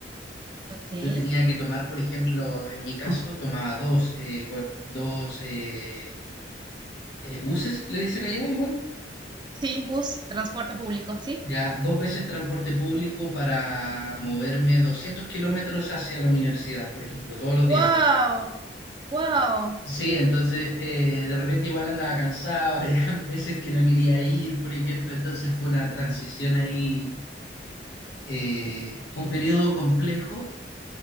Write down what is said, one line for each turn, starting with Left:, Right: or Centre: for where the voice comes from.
Right: ok.
Left: Yo tenía que tomar, por ejemplo, en mi caso, tomaba dos, eh, co- dos eh, eh, buses, le dicen allá igual,
Right: Sí, bus, transporte público, sí.
Left: ya dos veces transporte público para moverme 200 kilómetros hacia la universidad, por ejemplo, todos los
Right: ¡Wow!
Left: días.
Right: ¡Wow!
Left: Sí, entonces eh, de repente igual andaba cansado, <laughs> habían veces que no quería ir, por ejemplo, entonces fue una transición ahí, eh, fue un periodo complejo